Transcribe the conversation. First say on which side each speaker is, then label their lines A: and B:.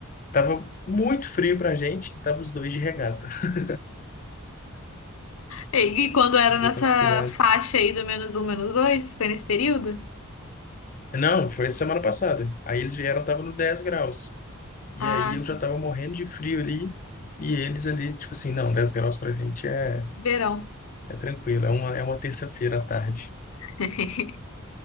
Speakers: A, on the left; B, on the left.
A: tava muito frio pra gente, e tava os dois de regata. <laughs>
B: E quando era
A: Eles
B: nessa
A: já estão acostumados.
B: faixa aí do menos um, menos dois? Foi nesse período?
A: Não, foi semana passada. Aí eles vieram, tava no 10 graus. E
B: Ah,
A: aí eu já tava morrendo de frio ali. E eles ali, tipo assim, não, 10 graus pra gente é,
B: verão.
A: é tranquilo, é uma, é uma terça-feira à tarde.
B: <laughs>